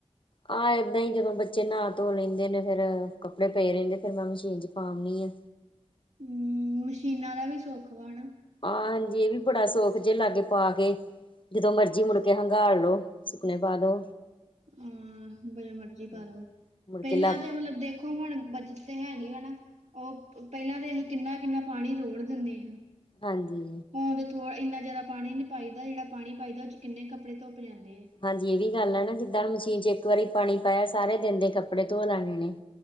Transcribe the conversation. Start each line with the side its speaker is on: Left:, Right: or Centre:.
Left: ਆਂ ਏਦਾਂ ਈ, ਜਦੋਂ ਬੱਚੇ ਨਹਾ-ਧੋ ਲੈਂਦੇ ਨੇ ਫਿਰ ਕੱਪੜੇ ਪਏ ਰਹਿੰਦੇ, ਫਿਰ ਮੈਂ ਮਸ਼ੀਨ ਚ ਪਾ ਆਣੀ ਆਂ।
Right: ਹਮ, ਮਸ਼ੀਨਾਂ ਦਾ ਵੀ ਸੁੱਖ ਵਾਲਾ।
Left: ਆਂਹ ਜੀ, ਇਹ ਵੀ ਬੜਾ ਸੁੱਖ ਜੇ ਲਾਗੇ ਪਾ ਕੇ। ਜਦੋਂ ਮਰਜ਼ੀ ਮੁੜ ਕੇ ਹੰਘਾਲ ਲੋੋ, ਸੁੱਕਨੇ ਪਾ ਦੋ।
Right: ਆਂਹ, ਮਰਜ਼ੀ ਪਾ
Left: ਤੇ
Right: ਦੋ,
Left: ਮੁੜਕੇ
Right: ਪਹਿਲਾਂ
Left: ਲੱਗ
Right: ਜੇ ਮਤਲਬ ਦੇਖੋ, ਹੁਣ ਬੱਚਤ ਤੇ ਹਾਨੀ ਹਨਾ। ਓਹ, ਪਹਿਲਾਂ ਤੇ ਅਹੀ ਕਿੰਨਾ-ਕਿੰਨਾ ਪਾਣੀ ਰੋੜ ਦਿੰਦੇ ਆਂ।
Left: ਹਾਂਜੀ।
Right: ਭ-ਅ-ਥੋਆ ਐਨਾ ਜਿਆਦਾ ਪਾਣੀ ਨੀ ਪਾਈਦਾ ਜਿਹੜਾ ਪਾਣੀ ਪਾਈਦਾ ਉਹ ਚ ਕਿੰਨੇ ਕੱਪੜੇ ਧੁਪ ਜਾਂਦੇ ਆ।
Left: ਹਾਂਜੀ ਇਹ ਵੀ ਗੱਲ ਆ ਨਾ ਜਿੱਦਾਂ ਮਸ਼ੀਨ ਚ ਇੱਕ ਵਾਰੀ ਪਾਣੀ ਪਾਇਆ ਸਾਰੇ ਦਿਨ ਦੇ ਕੱਪੜੇ ਧੋ ਲਾਣੈ ਨੇ।